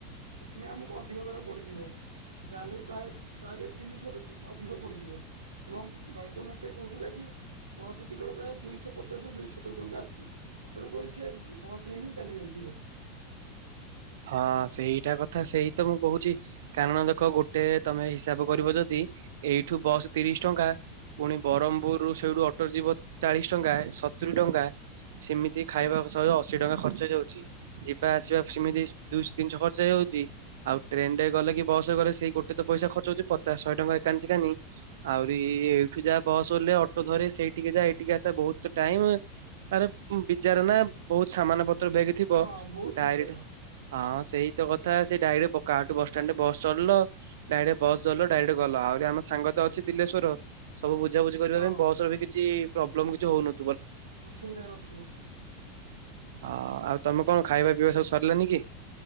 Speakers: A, on the right (about 75°); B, on the right (about 60°).
A: ସେଥିପାଇଁ ଆମକୁ ଅଧିକ ଦର ପଡ଼ିଯିବ। ଯାହା ହେଲେ ବିି ପ୍ରାୟ ପ୍ରାୟ ତିନିଶହ ରୁ ଛି-ଅଧିକ ପଡ଼ିଯିବ। ଏବଂ ରୋହିତ ମୋତେ କହୁଥିଲା କି ବସ୍ ଟିକଟ୍ ପ୍ରାୟ ଦୁଇଶହ ପଚାଶରୁ ଦୁଇ ସତୁରି ଟଙ୍କା ଅଛି। ତେଣୁକରି ସେ ବସ୍ ରେ ହିଁ ଚାଲି ଯାଇଥିବ।
B: ହଁ ସେଇଟା କଥା ସେଇ ତ ମୁଁ କହୁଚି କାରଣ ଦେଖ ଗୋଟେ ତୋମେ ହିସାବ କରିବ ଯଦି ଇ, ଏଇଠୁ ବସ୍ ତିରିଶ ଟଙ୍କା। ପୁଣି ବରମପୁରୁୁ ସେଇଠୁ ଅଟୋରେ ଯିବ ଚାଳିଶ ଟଙ୍କା ସତୁରି ଟଙ୍କା। ସେମିତି ଖାଇବା ସହେ ଅଶୀ ଟଙ୍କା ଖର୍ଚ୍ଚ ହେଇଯାଉଛି ଯିବା ଆସିବା ସେମିତି ଦୁଇଶହ ତିନିଶହ ଖର୍ଚ୍ଚ ହେଇଯାଉଚି ଆଉ ଟ୍ରେନ ଟାଏ ଗଲେ କି ବସରେ ଗଲେ ସେଇ ଗୋଟେ ତ ପଇସା ଖର୍ଚ୍ଚ ହଉଚି ପଚାଶ ଶହେ ଟଙ୍କା। ଏକାଞ୍ଚିକାନି ଆହୁରି ଏଇଠୁ ଯା ବସ ହେଲେ ଅଟୋ ଧରେ ସେଇଠିକି ଯା ଏଠିକି ଆଶା ବହୁତ ଟାଇମ ଉଁ ଆରେ ବିଚାର ନା ବହୁତ ସମାନ ପତ୍ର ବ୍ୟାଗ ଥିବ
A: ହଁ ବହୁତ
B: ଡାଏରେକ୍ଟ
A: ବିଜାର
B: ହଁ ସେଇ ତ କଥା ସେ ଡାଇରେକ୍ଟ ପକା କାଆଠୁ ବସଷ୍ଟାଣ୍ଡ୍ ରେ ବସ ଚଢ଼ିଲ ଡାଇରେକ୍ଟ ବସ ଧରିଲ ଡାଇରେକ୍ଟ ଗଲ ଆଉ ରେ ଆମ ସାଙ୍ଗ ତ ଅଛି ଦିଲେଶ୍ୱର ସବୁ ବୁଝାବୁଝି କରିବା
A: ହଁ
B: ପାଇଁ ବସ ର ବି କିଛି ପ୍ରୋବ୍ଲେମ କିଛି ହଉନ
A: ଅସୁବିଧା ନଥିବ।
B: ହ ଆଉ ତମେ କଣ ଖାଇବା ପିଇବା ସବୁ ସରିଲାନି କି?